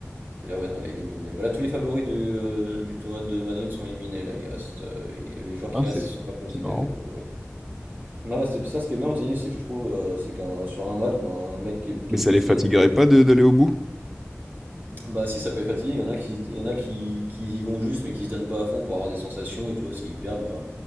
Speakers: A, on the right (about 40°); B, in the centre.
A: Et là, ouais, non, il est éliminé. Bah, là, tous les favoris du, euh, du tournoi de Madrid sont éliminés. Là, il reste, euh, et les joueurs qui
B: Ah, c'est
A: restent, ils sont pas considérés
B: c'est marrant.
A: comme favoris. Non, bah, c'est ça, ce qui est bien au tennis, c'est que je trouve, euh, c'est qu'un sur un match, ben un mec qui est, qui
B: Mais ça
A: est considéré
B: les fatiguerait
A: comme
B: pas de- d'aller au bout?
A: Bah si ça peut être fatigué, il y en a qui il y en a qui, qui y vont juste mais qui se donnent pas à fond pour avoir des sensations et tout, s'ils perdent, bah